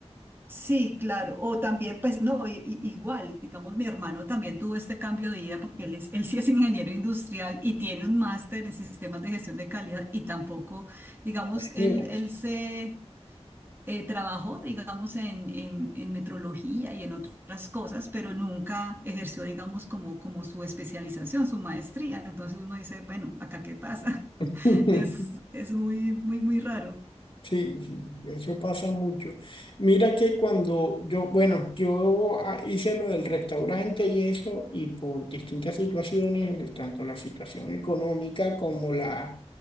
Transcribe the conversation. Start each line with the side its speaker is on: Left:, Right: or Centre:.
Right: Sí, claro. O también, pues, no, i- i- igual, digamos, mi hermano también tuvo este cambio de vida porque él, es, él sí es ingeniero industrial y tiene un máster en sistemas de gestión de calidad y tampoco, digamos, él,
Left: Imagínate.
Right: él se eh, trabajó, digamos, en, en, en metrología y en otras cosas, pero nunca ejerció, digamos, como, como su especialización, su maestría. Entonces uno dice, bueno, ¿acá qué pasa? <laughs>
Left: <laughs>
Right: Es, es muy, muy, muy raro.
Left: Sí, sí, sí, eso pasa mucho. Mira que cuando yo, bueno, yo ah, hice lo del restaurante y eso, y por distintas situaciones, el- tanto la situación económica como la